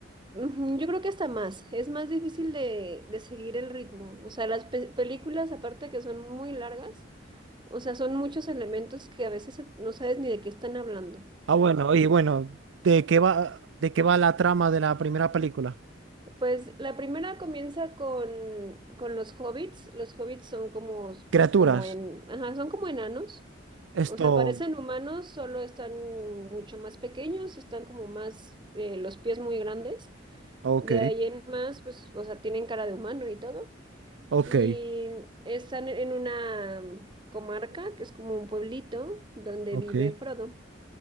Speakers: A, on the right; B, on the right.
A: ujú, yo creo que hasta más, es más difícil de, de seguir el ritmo, o sea, las pe- películas aparte que son muy largas, o sea, son muchos elementos que a veces se- no sabes ni de qué están hablando.
B: Ah, bueno, y bueno, ¿de qué va, de qué va la trama de la primera película?
A: Pues la primera comienza con, con los hobbits. Los hobbits son como,
B: Criaturas.
A: como en, ajá, son como enanos.
B: Esto,
A: O sea, parecen humanos, solo están mucho más pequeños, están como más, eh, los pies muy grandes.
B: ok.
A: De ahí en más, pues, o sea, tienen cara de humano y todo.
B: Ok.
A: Y están en una comarca, que es como un pueblito, donde
B: Ok,
A: vive Frodo.